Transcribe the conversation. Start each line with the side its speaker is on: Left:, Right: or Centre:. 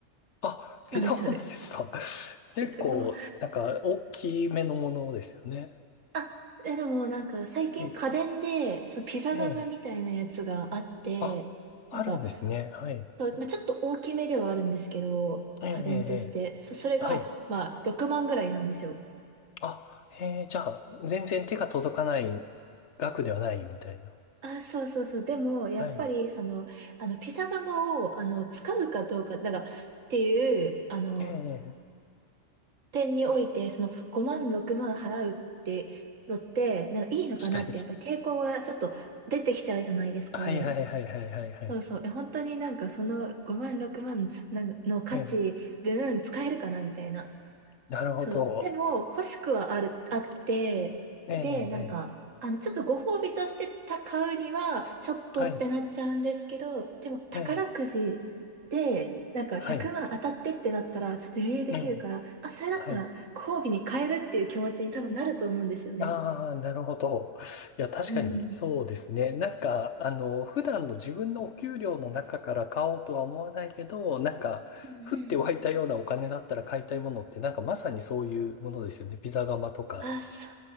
Left: あ、
Right: なんですよね。
Left: ピザハムですか。<laughs> 結構、
Right: ピザ窯。
Left: なんか、大きめのものですよね。
Right: あ、え、でもなんか最近家電で、
Left: はい。
Right: そのピザ窯みたいなやつがあって、
Left: ええ。あ、あるんですね。
Right: なんか
Left: はい。
Right: そうまあ、ちょっと大きめではあるんですけど、家電として。
Left: ええ、ええ。え
Right: そ、それが、
Left: えはい。
Right: まあ、6万ぐらいなんですよ。
Left: あ、へえー、じゃあ、全然手が届かない額ではないみたいな。
Right: あ、そうそうそう。でも、やっぱり、
Left: はい。
Right: その、あの、ピザ窯を、あの、使うかどうか、なんか、っていう、あの、
Left: ええ
Right: 点において、その、5万、6万払うってのって、なんか、いいのかなって、
Left: 確かに。
Right: やっぱり抵抗がちょっと出てきちゃうじゃないですか。
Left: はいはいはいはいはいはい。
Right: そうそう。え、本当になんか、その5万、6万なんかの価値分使えるかなみたいな。
Left: ええなるほど。
Right: そう。でも、欲しくはある、あって、
Left: ええええ
Right: で、なんか、あの、ちょっとご褒美としてた買うには、ちょっとってなっちゃうんですけど、
Left: はい。
Right: でも、宝くじで、
Left: ええ
Right: なんか、
Left: はい。
Right: 100万当たってってなったら、ちょっと余裕できるから、
Left: ええ
Right: あ、それだったら、
Left: はい。
Right: ご褒美に変えるっていう気持ちに多分なると思うんですよね。
Left: ああ、なるほど。いや、確かにそうですね。
Right: うん。
Left: なんか、あの、普段の自分のお給料の中から買おうとは思わないけど、なんか、
Right: うんうん
Left: 降って湧いたようなお金だったら買いたいものって、なんかまさにそういうものですよね。ピザ窯とか。
Right: あ、そ